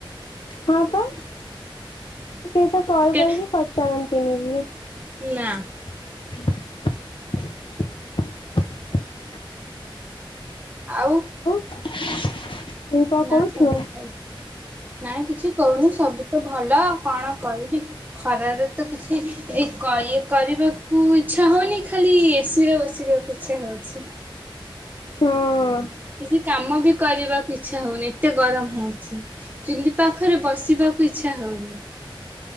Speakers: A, on the left; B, on the right.
A: ହଁ ପା ସେ ତ କଲ୍
B: କେ
A: କରିକି ପଚାରନ୍ତିନି ବି।
B: ନା।
A: <inaudible>
B: ଆଉ?
A: <inaudible>
B: ନା
A: କହୁଛୁ?
B: ସବୁ ଭାଲ ନା କିଛି କହୁନି ସବୁ ତ ଭଲ ଆଉ କଣ କହିବି। ଖରାରେ ତ କିଛି ଏଇ କ ଇଏ କରିବାକୁ ଇଚ୍ଛା ହଉନି ଖାଲି ଏସି ରେ ବସିବାକୁ ଇଚ୍ଛା ହଉଛି।
A: ହଁ।
B: କିଛି କାମ ବି କରିବାକୁ ଇଚ୍ଛା ହଉନି ଏତେ ଗରମ ହେଉଛି। ଚୁଲି ପାଖରେ ବସିବାକୁ ଇଚ୍ଛା ହଉନି।